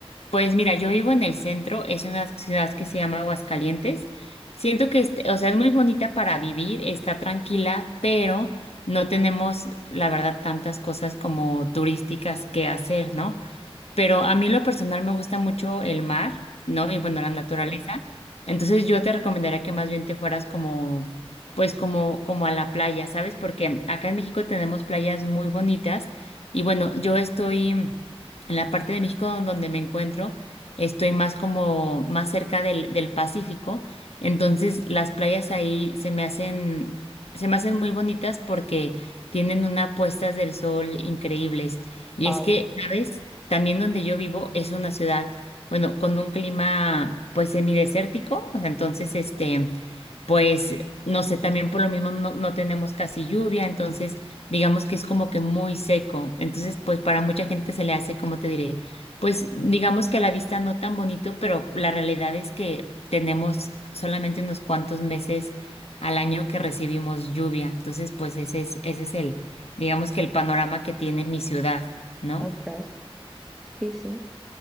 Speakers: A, on the left (about 85°); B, in the centre.
A: Pues mira, yo vivo en el centro, es una ciudad que se llama Aguascalientes. Siento que, este- o sea, es muy bonita para vivir, está tranquila, pero no tenemos, la verdad, tantas cosas como turísticas que hacer, ¿no? Pero a mí en lo personal me gusta mucho el mar, ¿no? Y bueno, la naturaleza. Entonces yo te recomendaría que más bien te fueras como, pues como, como a la playa, ¿sabes? Porque acá en México tenemos playas muy bonitas y bueno, yo estoy mm, en la parte de México don- donde me encuentro, estoy más como, más cerca del, del Pacífico. Entonces las playas ahí se me hacen, se me hacen muy bonitas porque tienen unas puestas del sol increíbles. Y
B: wow.
A: es que, ¿sabes? También donde yo vivo es una ciudad, bueno, con un clima pues semidesértico, o sea, entonces este, pues no sé, también por lo mismo no, no tenemos casi lluvia, entonces digamos que es como que muy seco, entonces pues para mucha gente se le hace, como te diré, pues digamos que a la vista no tan bonito, pero la realidad es que tenemos solamente unos cuantos meses al año que recibimos lluvia, entonces pues ese es, ese es el, digamos que el panorama que tiene mi ciudad, ¿no?
B: Ostras. Sí, sí.